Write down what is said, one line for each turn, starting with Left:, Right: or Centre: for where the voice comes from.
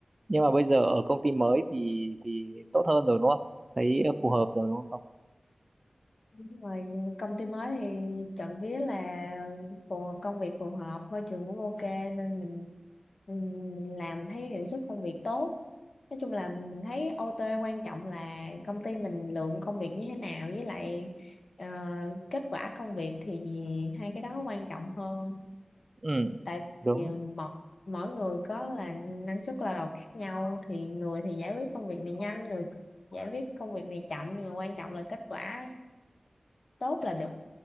Right: nhưng mà bây giờ ở công ty mới thì thì tốt hơn rồi đúng không thấy phù hợp rồi đúng không
Left: Đúng rồi, công ty mới thì trộm vía là phù hợp công việc phù hợp, môi trường cũng ok nên mình, mình, mình làm thấy hiệu suất công việc tốt. Nói chung là mình thấy OT quan trọng là công ty mình lượng công việc như thế nào với lại ờ, kết quả công việc thì hai cái đó quan trọng hơn.
Right: ừ
Left: Tại
Right: đúng
Left: vì mỗi, mỗi người có là năng suất lao động khác nhau thì người thì giải quyết công việc này nhanh, người giải quyết công việc này chậm nhưng mà quan trọng là kết quả tốt là được.